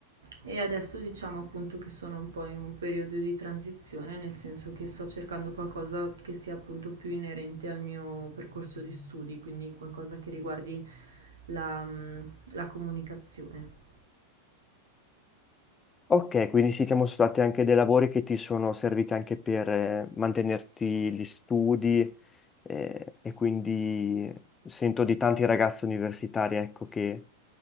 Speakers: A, on the right; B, on the left.
A: e adesso diciamo appunto che sono un po' in un periodo di transizione, nel senso che sto cercando qualcosa che sia appunto più inerente al mio percorso di studi, quindi qualcosa che riguardi la, mm, la comunicazione.
B: Ok, quindi sì, siamo stati anche dei lavori che ti sono serviti anche per eh, mantenerti gli studi eh, e quindi sento di tanti ragazzi universitari, ecco, che